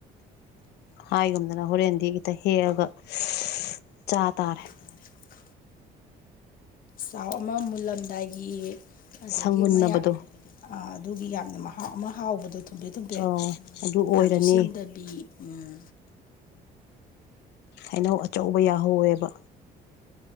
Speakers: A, on the left; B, on the left.
A: ꯍꯥꯏꯒꯨꯝꯗꯅ ꯍꯣꯔꯦꯟꯗꯤ ꯈꯤꯇ ꯍꯦꯛꯑꯒ <unintelligible> ꯆꯥ ꯇꯥꯔꯦ
B: <unintelligible> ꯆꯥꯎ ꯑꯃ ꯃꯨꯜꯂꯝꯗꯥꯏꯒꯤ ꯑꯗꯒꯤ
A: ꯁꯪꯃꯨꯟꯅꯕꯗꯣ
B: ꯃꯌꯥꯛ ꯑꯗꯨꯒꯤ ꯌꯥꯝꯅ ꯃꯍꯥꯎ ꯑꯃ ꯍꯥꯎꯕꯗꯣ ꯊꯨꯝꯐꯦ ꯊꯨꯝꯐꯦ
A: ꯑꯧ ꯑꯗꯨ ꯑꯣꯏꯔꯅꯤ
B: ꯌꯥꯝꯁꯨ ꯁꯤꯟꯗ ꯕꯤ ꯎꯝ
A: ꯍꯩꯅꯧ ꯑꯆꯧꯕ ꯌꯥꯍꯧꯋꯦꯕ